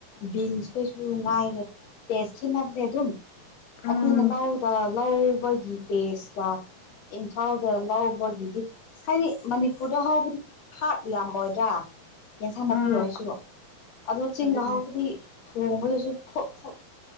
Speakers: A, on the left; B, on the left.
A: ꯕꯤꯟꯁꯈꯩꯁꯨ ꯉꯥꯏꯔꯦ ꯇꯦꯁ ꯈꯦꯠꯅꯕꯅꯦ ꯑꯗꯨꯝ
B: ꯎꯝ
A: ꯑꯩꯈꯣꯏꯅ ꯂꯧꯗ ꯂꯧꯕꯒꯤ ꯇꯦꯁꯀ ꯏꯝꯐꯥꯜꯗ ꯂꯕꯒꯤꯗꯤ ꯍꯥꯏꯗꯤ ꯃꯅꯤ ꯄꯨꯨꯗ ꯍꯧꯕꯗꯤ ꯍꯥꯔꯠ ꯌꯥꯝꯃꯣꯏꯗ ꯌꯦꯟꯁꯥꯡ ꯅꯥꯄꯤ
B: ꯎꯝ
A: ꯑꯣꯏꯔꯁꯨꯕ ꯑꯗꯣ ꯆꯤꯡꯗ
B: ꯑꯗꯨꯅꯦ
A: ꯍꯥꯎꯕꯗꯤ ꯊꯣꯡꯕꯗꯁꯨ ꯊꯣꯠ ꯊꯣꯠ